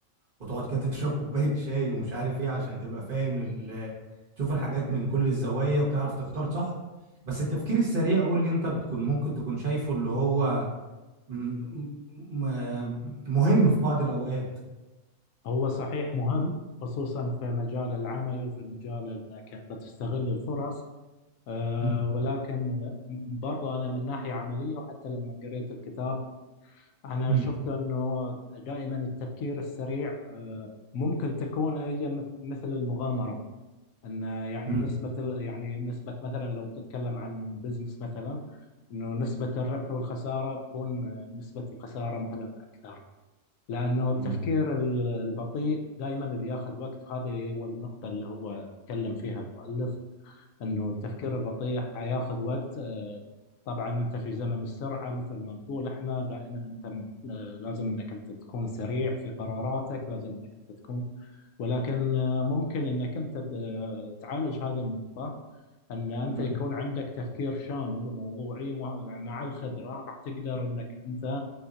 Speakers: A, on the right; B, on the left.
A: وتقعد كده تشرب كوباية شاي ومش عارف ايه عشان تبقى فاهم تشوف الحاجات من كل الزوايا وتعرف تختار صح بس التفكير السريع قول لي انت بتكون ممكن تكون شايفه اللي هو م- م- مهم في بعض الأوقات
B: هو صحيح مهم خصوصا في مجال العمل وفي مجال انك انت تستغل الفرص أه
A: مم.
B: ولكن برضه انا من ناحيه عمليه وحتى لما قريت الكتاب انا
A: مم.
B: شفت انه دائما التفكير السريع أه ممكن تكون ايضا مث- مثل المغامره ان يعني
A: مم.
B: نسبه ال- يعني نسبه مثلا لو بتتكلم عن بزنس مثلا انه نسبه الربح والخساره تكون آه، نسبه الخساره مثلا اكثر لأنه التفكير
A: مم.
B: ال- البطيء دائما بياخذ وقت وهذه هو النقطة اللي هو تكلم فيها المؤلف أنه التفكير البطيء حياخذ وقت آه، طبعا أنت في زمن السرعة مثل ما نقول إحنا دائما أنت م- آه، لازم أنك أنت تكون سريع في قراراتك لازم أنك أنت تكون ولكن آه، ممكن أنك أنت ت- آه، تعالج هذه النقطة أن أنت
A: مم.
B: يكون عندك تفكير شامل وموضوعي مع مع الخبرة راح تقدر أنك أنت